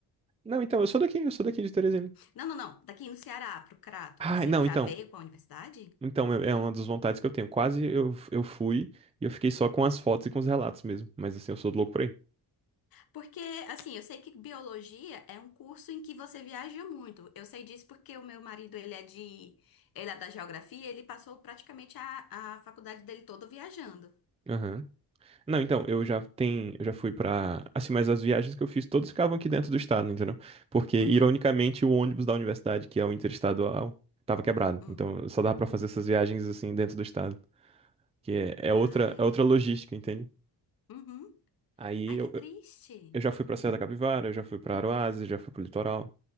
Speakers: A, on the right; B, on the left.
A: Não, então, eu sou daqui, eu sou daqui de Teresina.
B: Não, não, não. Daqui no Ceará, pro Crato,
A: Ah,
B: você
A: não,
B: já
A: então.
B: veio com a universidade?
A: Então, é é uma das vontades que eu tenho. Quase eu, eu fui e eu fiquei só com as fotos e com os relatos mesmo. Mas assim, eu sou louco por aí.
B: Porque, assim, eu sei que biologia é um curso em que você viaja muito. Eu sei disso porque o meu marido, ele é de, ele é da geografia, ele passou praticamente a, a faculdade dele toda viajando.
A: Aham. Não, então, eu já tenho, eu já fui pra. Assim, mas as viagens que eu fiz, todas ficavam aqui dentro do estado, entendeu? Porque,
B: Uhum.
A: ironicamente, o ônibus da universidade, que é o interestadual, tava quebrado.
B: Hum.
A: Então, só dava pra fazer essas viagens assim dentro do estado. Que é,
B: Ai.
A: é outra, é outra logística, entende?
B: Uhum.
A: Aí
B: Ai,
A: eu,
B: que triste.
A: Eu já fui pra Serra da Capivara, eu já fui pra Aroazes, já fui pro litoral.